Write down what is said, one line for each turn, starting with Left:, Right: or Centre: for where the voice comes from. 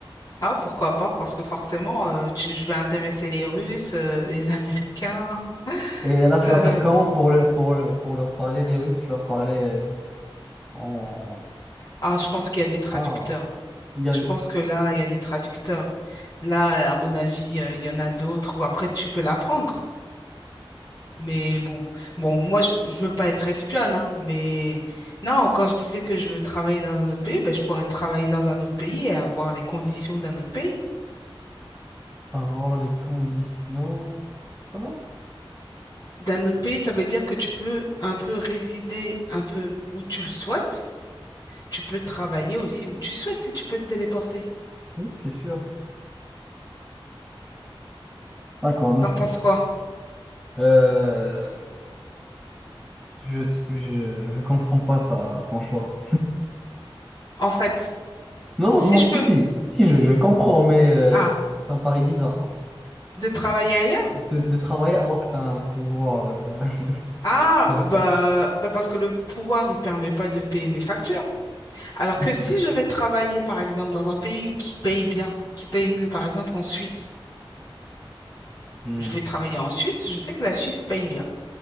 Left: Ah, pourquoi pas? Parce que forcément, euh, tu- je vais intéresser les Russes, euh, les Américains. <laughs>
Centre: Et là, tu
Left: Euh,
Centre: vas faire comment pour le, pour le, pour leur parler, les Russes? Tu vas parler euh, en...
Left: ah, je pense qu'il y a des traducteurs.
Centre: Ah, il y a
Left: Je pense que là, il y a des traducteurs. Là, à mon avis, euh, il y en a d'autres. Ou après, tu peux l'apprendre. Mais bon, bon, moi, je, je veux pas être espionne, hein, mais non, quand je disais que je veux travailler dans un autre pays, ben, je pourrais travailler dans un autre pays et avoir les conditions d'un autre pays.
Centre: avoir les conditions. Comment?
Left: D'un autre pays, ça veut dire que tu peux un peu résider un peu où tu le souhaites. Tu peux travailler aussi où tu souhaites si tu peux te téléporter.
Centre: Oui, c'est sûr. D'accord, donc
Left: T'en penses
Centre: tu...
Left: quoi?
Centre: Euh, Je, je, je comprends pas ta, ton choix.
Left: En fait,
Centre: Non,
Left: si
Centre: moi,
Left: je
Centre: si,
Left: peux... m-
Centre: si, si, je, je comprends, mais euh,
Left: Ah,
Centre: c'est un pari bizarre, quoi.
Left: de travailler ailleurs?
Centre: De, de travailler alors que tu as un pouvoir euh, <laughs>
Left: Ah,
Centre: comme
Left: bah,
Centre: ça.
Left: bah parce que le pouvoir, il permet pas de payer mes factures. Alors
Centre: Mais,
Left: que si je vais travailler, par exemple, dans un pays qui paye bien, qui paye mieux, par exemple en Suisse,
Centre: Hmm.
Left: je vais travailler en Suisse, je sais que la Suisse paye bien.